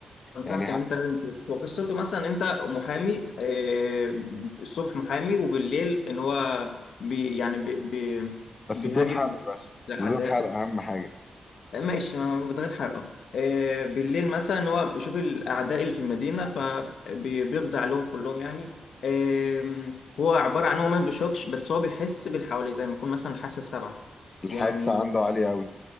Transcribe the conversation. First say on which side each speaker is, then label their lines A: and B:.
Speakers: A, on the left; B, on the left.
A: انصحك
B: يعني
A: ان
B: ه-
A: انت لازم تشوف هو قصته مثلا انت محامي آه، الصبح محامي وبالليل ان هو بي يعني بي بي
B: بس
A: بيهاجم
B: بدون حرق بس
A: الاعداء
B: بدون حرق اهم حاجة
A: ماشي ما من غير حرقه آه، آه، بالليل مثلا هو يشوف الاعداء اللي في المدينه فبيقضي عليهم كلهم يعني آم، هو عباره عن هو ما بيشوفش بس هو بيحس باللي حواليه زي ما يكون مثلا حاسه السبعه
B: الحاسة
A: يعني
B: عنده عالية قوي